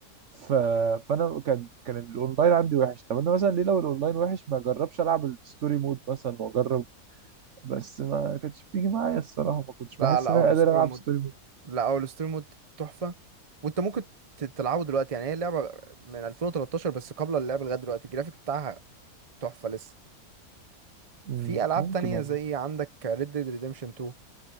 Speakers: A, on the right; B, on the right.
A: ف... فانا كان كان الاونلاين عندي وحش طب انا مثلا ليه لو الاونلاين وحش ما اجربش العب الستوري مود مثلا واجرب بس ما كانتش بتيجي معايا الصراحه ما كنتش
B: لا
A: بحس
B: لا هو
A: ان انا
B: الستوري
A: قادر العب
B: مود
A: ستوري مود
B: لا هو الستوري مود تحفة وانت ممكن ت- تلعبه دلوقتي يعني هي لعبة من 2013 بس قبل اللعبة لغاية دلوقتي الجرافيك بتاعها تحفة لسه
A: مم،
B: في ألعاب
A: ممكن
B: تانية
A: والله
B: زي عندك Red Dead Redemption 2